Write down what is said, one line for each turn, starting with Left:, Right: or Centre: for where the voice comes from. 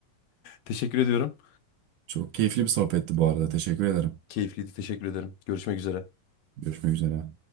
Left: Teşekkür ediyorum.
Right: Çok keyifli bir sohbetti bu arada. Teşekkür ederim.
Left: Keyifliydi. Teşekkür ederim. Görüşmek üzere.
Right: Görüşmek üzere.